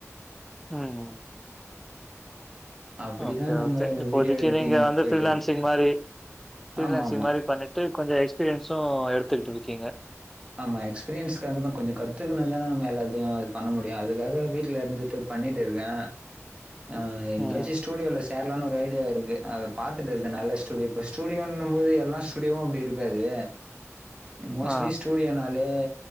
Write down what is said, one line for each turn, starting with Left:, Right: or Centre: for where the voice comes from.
Centre: அ
Right: அப்டிதா
Centre: ஓகே
Right: நம்ம
Centre: ஓகே இப்போதைக்கு
Right: வீடியோ எடிட்டிங்
Centre: நீங்க வந்து
Right: போயிட்டு
Centre: ஃப்ரீலேன்சிங்
Right: இருக்கு
Centre: மாரி ஃப்ரீலான்சிங்
Right: ஆமா ஆமா
Centre: மாரி பண்ணிட்டு கொஞ்சோ எக்ஸ்பீரியன்ஸ்சு எடுத்துட்ருக்கீங்க
Right: ஆமா எக்ஸ்பீரியன்ஸ்க்காகதா கொஞ்சோ கத்துகுணுந்தானே நம்ம எல்லாத்தையு பண்ண முடியு அதுக்காக வீட்ல இருந்துட்டு பண்ணிட்டு இருக்கே அ எங்கயாச்சு
Centre: ம்.
Right: ஸ்டூடியோல சேர்லான்னு ஒரு ஐடியா இருக்கு அது பாத்துட்டு இருக்கே நல்ல ஸ்டூடியோ இப்ப ஸ்டூடியோன்னும் போது எல்லா ஸ்டூடியோவு அப்டி இருக்காது மோஸ்ட்லி
Centre: ஆ.
Right: ஸ்டூடியோனாலே